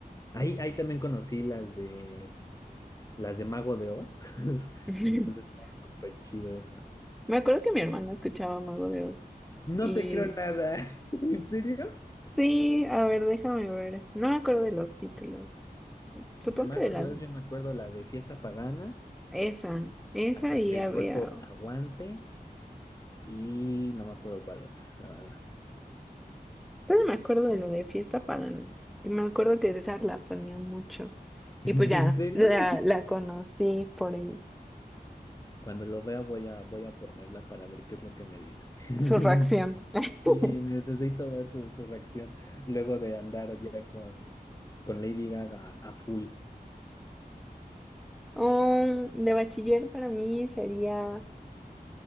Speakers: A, on the left; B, in the centre.
A: Ahí, ahí también conocí las de las de Mago de Oz. <laughs>
B: <laughs>
A: Entonces estaba súper chido eso.
B: Me acuerdo que mi hermano escuchaba Mago de Oz.
A: No
B: Y
A: te creo nada. <laughs> ¿En serio?
B: sí, a ver, déjame ver. No me acuerdo de los títulos. Supongo
A: De Mago
B: que de las...
A: de Oz yo me acuerdo la de Fiesta Pagana,
B: Esa, esa
A: hasta
B: y
A: que el
B: había...
A: cuerpo aguante y no me acuerdo cuál otra, la verdad.
B: Solo me acuerdo de lo de Fiesta Pagana. Y me acuerdo que César la ponía mucho.
A: <laughs>
B: Y
A: ¿En
B: pues ya,
A: serio?
B: la, la conocí por él.
A: Cuando lo vea voy a voy a ponerla para ver qué es lo que me dice. <laughs>
B: su reacción. <laughs>
A: Sí, necesito ver su, su reacción luego de andar ya con, con Lady Gaga a full.
B: Um, de bachiller para mí sería